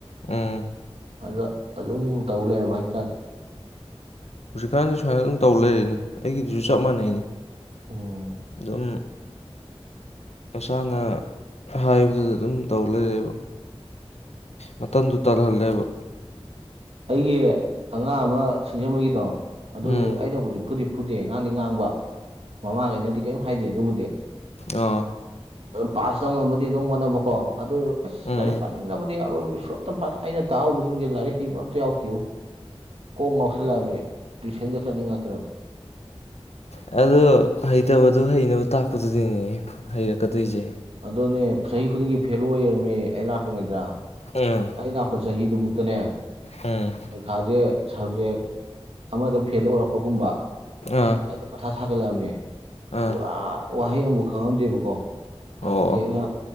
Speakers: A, on the left (about 90°); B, on the right (about 70°).
A: ꯎꯝ
B: ꯑꯗ ꯑꯗꯨꯝ ꯇꯧ ꯂꯩꯔꯕ ꯍꯥꯏꯇꯥꯔꯦ
A: ꯍꯧꯖꯤꯛꯀꯥꯟꯗꯤ ꯁꯨꯃꯥꯏꯅ ꯑꯗꯨꯝ ꯇꯧ ꯂꯩꯔꯤꯅꯦ ꯑꯩꯒꯤꯗꯨꯁꯨ ꯆꯞ ꯃꯥꯟꯅꯩꯅꯦ
B: ꯎꯝ
A: ꯑꯗꯨꯝ ꯃꯁꯥꯅ ꯍꯥꯏꯕꯗꯨꯗ ꯑꯗꯨꯝ ꯇꯧ ꯂꯩꯔꯦꯕ ꯃꯇꯝꯗꯨ ꯇꯥꯜꯍꯜꯂꯦꯕ
B: ꯑꯩꯒꯤ ꯑꯉꯥꯡ ꯑꯃ ꯁꯤꯡꯖꯃꯩꯒꯤꯗꯣ ꯑꯗꯨꯗꯤ
A: ꯎꯝ
B: ꯑꯩꯅꯕꯨꯗꯤ ꯐꯨꯗꯤ ꯐꯨꯗꯦ ꯉꯥꯡꯗꯤ ꯉꯥꯡꯕ ꯃꯃꯥꯈꯩꯅꯗꯤ ꯀꯔꯤꯝ ꯍꯥꯏꯗꯦ ꯑꯗꯨꯕꯨꯗꯤ
A: ꯑ
B: ꯄꯥꯁ ꯇꯧꯅꯕꯗꯤ ꯑꯗꯨꯝ ꯍꯣꯠꯅꯕ ꯀꯣ ꯑꯗꯨ ꯑꯦꯁ
A: ꯎꯝ
B: ꯂꯥꯏꯔꯤꯛ
A: ꯎꯝ
B: ꯄꯥꯅꯤꯡꯗꯕꯗꯤ ꯑꯔꯣꯏꯕ ꯁꯣꯠꯇꯅ ꯑꯩꯅ ꯇꯥꯍꯕꯗꯤ ꯁꯤꯡꯁꯦ ꯂꯥꯏꯔꯤꯛ ꯍꯩꯕ ꯑꯝꯇ ꯌꯥꯎꯗꯦ ꯀꯣꯛ ꯉꯥꯎꯁꯜꯂꯛꯑꯕꯅꯦ ꯇꯨꯏꯁꯟꯒ ꯆꯠꯅꯤꯡꯉꯛꯇ꯭ꯔꯕ
A: ꯎꯝ ꯑꯣ ꯍꯩꯇꯕꯗꯨ ꯍꯩꯅꯕ ꯇꯥꯛꯄꯗꯨꯗꯤꯅꯦ ꯍꯩꯔꯛꯀꯗꯣꯏꯁꯦ
B: ꯑꯗꯨꯅꯦ ꯆꯍꯤ ꯈꯨꯗꯤꯡꯒꯤ ꯐꯦꯜ ꯑꯣꯏꯔꯝꯃꯦ ꯑꯩ ꯂꯥꯛꯇ꯭ꯔꯤꯉꯩꯗ
A: ꯎꯝ
B: ꯑꯩ ꯂꯥꯛꯄ ꯆꯍꯤꯗꯨꯃꯨꯛꯇꯅꯦ
A: ꯎꯝ
B: ꯄꯔꯤꯈꯥꯁꯦ ꯁꯕꯖꯦꯛ ꯑꯃꯗ ꯐꯦꯜ ꯑꯣꯏꯔꯛꯄꯒꯨꯝꯕ
A: ꯑꯥ
B: ꯑꯩꯗꯤ ꯃꯊꯥ ꯁꯥꯒꯠꯂꯛꯑꯕꯅꯦ
A: ꯑꯥ
B: ꯄꯨꯔꯥ ꯋꯥꯍꯩ ꯑꯃꯕꯨ ꯈꯪꯉꯝꯗꯦꯕꯀꯣ ꯍꯧꯖꯤꯛꯇꯤ
A: ꯑꯣ
B: ꯑꯩꯅ